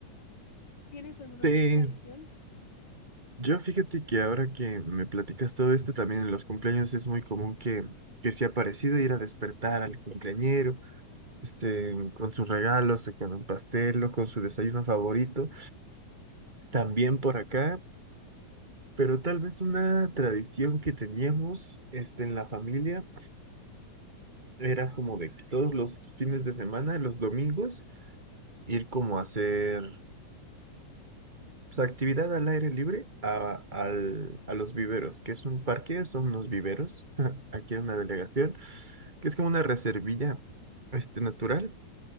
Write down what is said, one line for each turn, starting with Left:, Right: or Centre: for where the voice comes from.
Left: ¿Tienes alguna
Right: sí.
Left: otra tradición?
Right: Yo fíjate que ahora que me platicas todo esto, también en los cumpleaños es muy común que, que sea parecido ir a despertar al cumpleañero, este,
Left: Mm,
Right: con sus regalos, o con un pastel, o con su desayuno favorito, también por acá, pero tal vez una tradición que teníamos, este, en la familia era como de que todos los fines de semana, los domingos, ir como a hacer Pues actividad al aire libre a, al- a los viveros, que es un parque, son unos viveros, <laughs> aquí en una delegación, que es como una reservilla este, natural.